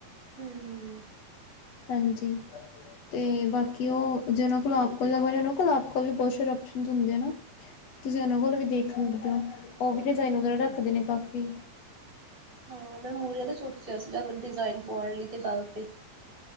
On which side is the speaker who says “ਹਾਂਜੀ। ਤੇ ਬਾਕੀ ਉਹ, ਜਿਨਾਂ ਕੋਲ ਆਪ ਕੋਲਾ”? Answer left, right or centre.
Left